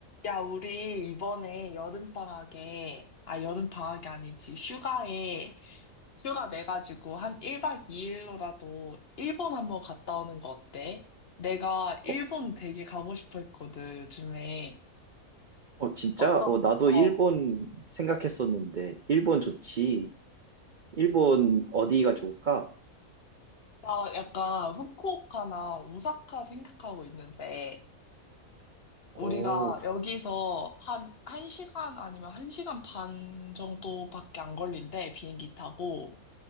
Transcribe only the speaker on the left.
야, 우리 이번에 여름방학에, 아, 여름방학이 아니지, 휴가에, 휴가 내가지고 한 1박 2일로라도 일본 한번 갔다 오는 거 어때? 내가
일본 되게 가고 싶어 했거든, 요즘에.
어떤,
어,
나 약간 후쿠오카나 오사카 생각하고 있는데,
우리가
여기서 한, 한시간 아니면 한시간반 정도밖에 안 걸린대, 비행기 타고.